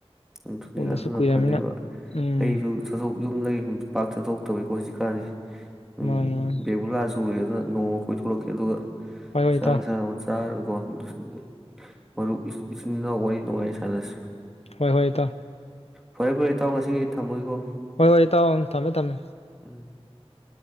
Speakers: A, in the centre; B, on the left (about 70°).
A: ꯑꯗꯨꯅꯤ
B: ꯎꯗꯁꯨ
A: ꯑꯗꯨꯅ
B: ꯀꯨꯏꯔꯃꯤꯅ
A: ꯐꯅꯦꯕ
B: ꯎꯝ
A: ꯑꯩꯁꯨ ꯆꯥꯠꯊꯣꯛ ꯌꯨꯝꯗꯒꯤ ꯁꯨꯝ ꯄꯥꯛ ꯆꯠꯊꯣꯛꯇꯕꯩꯀꯣ ꯍꯧꯖꯤꯛꯀꯥꯟꯁꯤ ꯎꯝ
B: ꯃꯥꯅꯤ ꯃꯥꯅꯤ
A: ꯕꯦꯕꯨꯂꯥ ꯆꯨ ꯇꯨꯔꯦ ꯑꯗꯨꯅ ꯅꯣꯡꯃ ꯀꯣꯏꯊꯂꯛꯀꯦ ꯑꯗꯨꯒ
B: ꯍꯣꯏ ꯍꯣꯏ
A: ꯆꯥꯛ
B: ꯏꯇꯥꯎ
A: ꯏꯟꯁꯥꯡ ꯑꯃ ꯆꯥꯔ <unintelligible> ꯃꯔꯨꯞ ꯏꯆꯤ ꯏꯆꯤꯟ ꯏꯅꯥꯎ ꯋꯥꯔꯤ ꯅꯨꯡꯉꯥꯏ ꯁꯥꯟꯅꯁꯤ
B: ꯍꯣꯏ ꯍꯣꯏ ꯏꯇꯥꯎ
A: ꯐꯔꯦ ꯐꯔꯦ ꯏꯇꯥꯎ ꯉꯁꯤꯒꯤꯗꯤ ꯊꯝꯃꯒꯦꯀꯣ
B: ꯍꯣꯏ ꯍꯣꯏ ꯏꯇꯥꯎ ꯎꯝ ꯊꯝꯃꯦ ꯊꯝꯃꯦ
A: <inaudible>